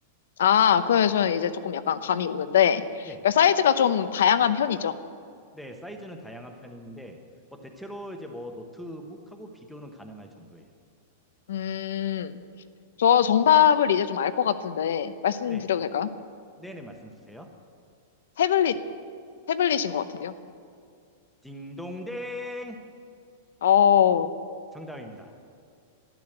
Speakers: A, on the left; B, in the centre.
A: 아, 그래서 이제 조금 약간 감이 오는데,
B: 네.
A: 그러니까 사이즈가 좀 다양한 편이죠.
B: 네, 사이즈는 다양한 편인데, 뭐 대체로 이제 뭐 노트북하고 비교는 가능할 정도예요.
A: 음, 저 정답을 이제 좀 알 것 같은데, 말씀드려도
B: 네.
A: 될까요?
B: 네네, 말씀 주세요.
A: 태블릿, 태블릿인 것 같은데요?
B: 딩동댕
A: 어,
B: 정답입니다.